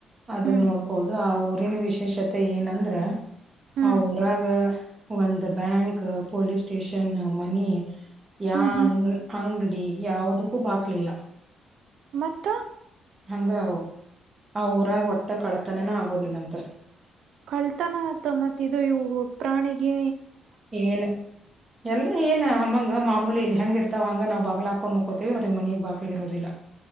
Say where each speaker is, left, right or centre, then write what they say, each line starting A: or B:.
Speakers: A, on the right; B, on the right.
A: ಅದನ್ನ
B: ಹ್ಮ್
A: ನೋಡ್ಕೋದು ಆ ಊರಿನ ವಿಶೇಷತೆ ಏನಂದ್ರ
B: ಹ್ಮ್
A: ಆ ಊರಾಗ ಒಂದು ಬ್ಯಾಂಕ್ ಪೊಲೀಸ್ ಸ್ಟೇಷನ್ ಮನಿ ಯಾಂಗ
B: ಹ್ಮ್ ಹ್ಮ್
A: ಅಂಗಡಿ ಯಾವದಕ್ಕೂ ಬಾಕ್ಲಿಲ್ಲ
B: ಮತ್ತು
A: ಹಂಗ ಆ ಊರಾಗ ಒಟ್ಟ ಕಳತನನ ಆಗೋದಿಲ್ಲ ಅಂತ
B: ಕಳ್ತಾನ ಆತ ಮತ್ತ ಇದು ಇವು ಪ್ರಾಣಿಗೆ
A: ಏನು ಎಲ್ಲ ಏನ ಅಮ್ಮಂಗ ಮಾಮೂಲಿ ಇಲ್ಲಿ ಹೆಂಗಗೆ ಇರ್ತಾವ ಹಂಗಗೆ ನಾವು ಬಾಗಲ ಹಾಕೊಂಡ್ ಮುಕೋತೀವಿ ಅವ್ರಿಗೆ ಮನೆಗ್ ಬಾಗಿಲಿ ಇರೋದಿಲ್ಲ